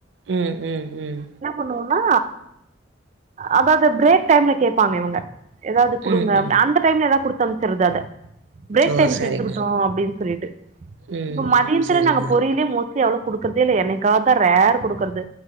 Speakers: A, on the right; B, on the right.
A: ம் ம் ம்
B: ஒண்ணொன்னா அதாவது பிரேக் டைம்ல கேப்பங்க இவங்க எதாவது குடுங்க
A: ம் ம்
B: அந்த டைம்ல எதாவது குடுத் அனுப்ச்சர்றது அத பிரேக்
A: ஓ
B: டைம்க்கு
A: சரிங்க.
B: எடுத்துக்கிட்டோ அப்டின் சொல்லிட்டு
A: ம்
B: இப்ப மதியத்துல
A: ம் சரிங்க.
B: நாங்க பொரியலே மோ ட்லி அவ்ளோ குடுக்கறதே இல்ல என்னிக்காத ரேர் குடுக்கறது